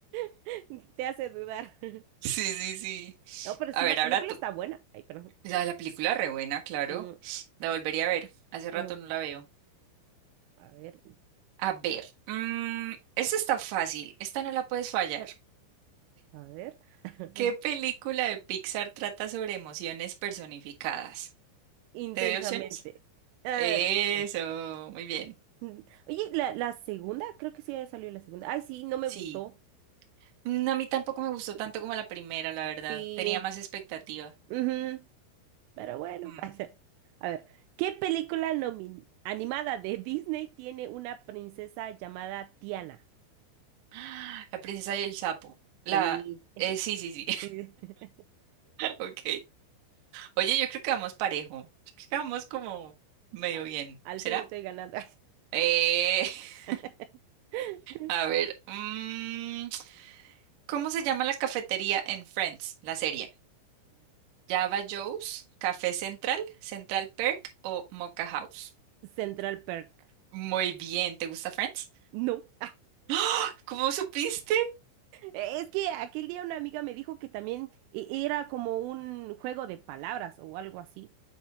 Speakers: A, on the right (about 85°); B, on the right (about 65°).
A: <laughs> te hace dudar. <laughs>
B: sí, sí, sí.
A: No, pero
B: A
A: sí,
B: ver,
A: la
B: ahora
A: película
B: tú.
A: está buena. Ay, perdón.
B: La, la película re buena, claro.
A: Mm,
B: La volvería a ver. Hace rato
A: mm.
B: no la veo.
A: A ver,
B: A ver, mm, esta está fácil, esta no la puedes fallar.
A: a ver. <laughs>
B: ¿Qué película de Pixar trata sobre emociones personificadas?
A: Intensamente.
B: ¿Te doy opciones?
A: Ah,
B: Eso,
A: <laughs> inten-
B: muy bien.
A: Mm. Oye, la, la segunda, creo que sí había salido la segunda. Ay, sí, no me
B: Sí.
A: gustó.
B: No A mí tampoco me gustó
A: Mm,
B: tanto como la primera, la verdad.
A: Sí,
B: Tenía más expectativa.
A: ujú, pero bueno.
B: Mm.
A: <laughs> pasa. A ver, ¿qué película nomin- animada de Disney tiene una princesa llamada Tiana?
B: <gasps> La princesa y el sapo. La...
A: Sí,
B: eh, sí, sí, sí.
A: sí. <laughs>
B: <laughs> Ok. Oye, yo creo que vamos parejo. Yo creo que vamos como medio
A: Al,
B: bien.
A: al
B: ¿Será?
A: fin estoy ganando.
B: Eh, <laughs>
A: <laughs>
B: a ver. mm, ¿cómo se llama la cafetería en Friends, la serie? ¿Java Joe's, Café Central, Central Perk o Mocha House?
A: Central Perk.
B: Muy bien. ¿Te gusta Friends?
A: No.
B: <laughs> ¿Cómo supiste?
A: Eh, Es que aquel día una amiga me dijo que también e- era como un juego de palabras o algo así,